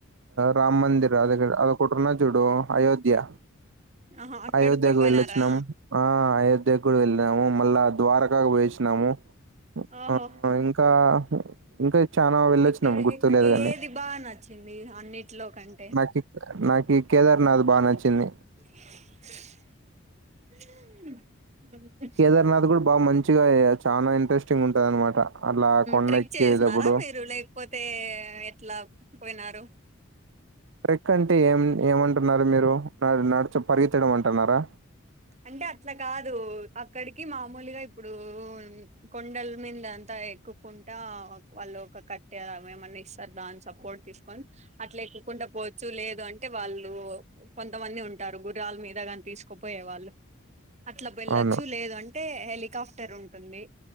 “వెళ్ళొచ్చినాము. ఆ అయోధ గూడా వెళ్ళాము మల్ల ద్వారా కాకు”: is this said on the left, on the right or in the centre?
Right